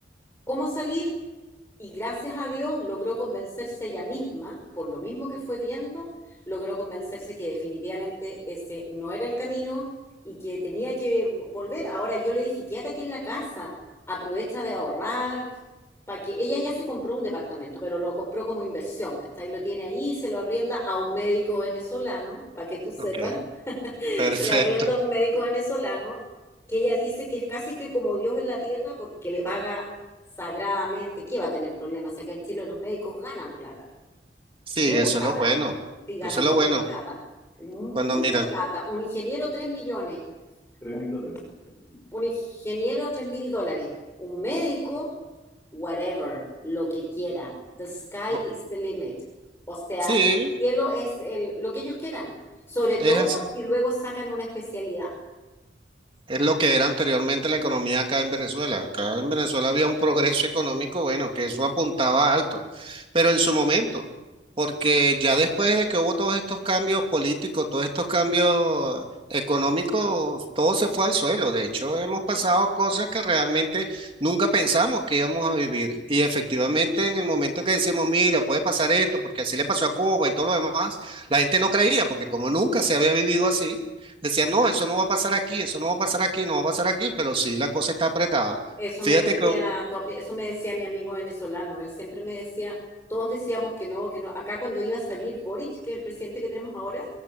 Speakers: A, on the left; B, on the right.
A: cómo salir y gracias a Dios logró convencerse ella misma, por lo mismo que fue viendo, logró convencerse que definitivamente ese no era el camino y que tenía que volver. Ahora yo le dije, quédate aquí en la casa, aprovecha de ahorrar, para que ella ya se compró un departamento, pero lo compró como inversión, ¿cachai? Lo tiene ahí, se lo arrienda a un médico venezolano, para que tú sepas,
B: Ok, perfecto.
A: se lo arrienda a un médico venezolano que ella dice que es casi que como Dios en la tierra porque le paga sagradamente. ¿Qué va a tener problemas? O sea, que en Chile los médicos ganan plata,
B: Sí,
A: mucha
B: eso es lo
A: plata.
B: bueno,
A: Sí, ganan
B: eso es lo
A: mucha
B: bueno.
A: plata, mu-
B: Cuando
A: mucha
B: mira,
A: plata. Un ingeniero tres millones, Tres un mil dólares. un ingeniero tres mil dólares, un médico, whatever, lo que quiera. The sky
B: bo-
A: is the limit. O sea,
B: sí,
A: el cielo es el, lo que ellos quieran. Sobre
B: es
A: todo
B: así.
A: si luego sacan una especialidad.
B: Es lo que era anteriormente la economía acá en Venezuela. Acá en Venezuela había un progreso económico, bueno, que eso apuntaba alto, pero en su momento, porque ya después de que hubo todos estos cambios políticos, todos estos cambios económicos, todo se fue al suelo. De hecho, hemos pasado cosas que realmente nunca pensamos que íbamos a vivir. Y efectivamente, en el momento que decimos, mira, puede pasar esto, porque así le pasó a Cuba y todo lo demás, la gente no creía, porque como nunca se había vivido así. Decía, no, eso no va a pasar aquí, eso no va a pasar aquí, no va a pasar aquí, pero sí la cosa está apretada.
A: Eso
B: Fíjate
A: me decía,
B: que,
A: to- eso me decía mi amigo venezolano. Él siempre me decía, todos decíamos que no, que no. Acá cuando iba a salir Boric, que es el presidente que tenemos ahora,